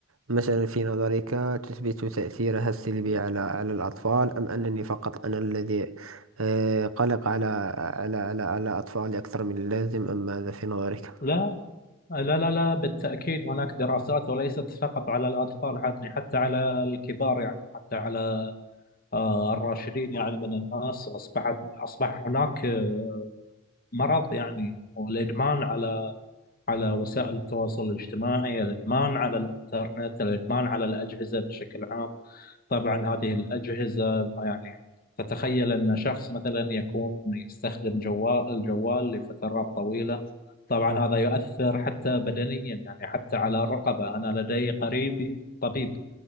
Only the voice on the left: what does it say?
لا لا لا لا بالتأكيد هناك دراسات وليست فقط على الأطفال يعني حتى على الكبار يعني حتى على آه، الراشدين يعني من الناس أصبحت أصبح هناك آه، مرض يعني والإدمان على على وسائل التواصل الاجتماعي الإدمان على الإنترنت الإدمان على الأجهزة بشكل عام طبعا هذه الأجهزة يعني تتخيل أن شخص مثلا يكون يستخدم جوال الجوال لفترات طويلة طبعا هذا يؤثر حتى بدنيا يعني حتى على الرقبة أنا لدي قريبي طبيب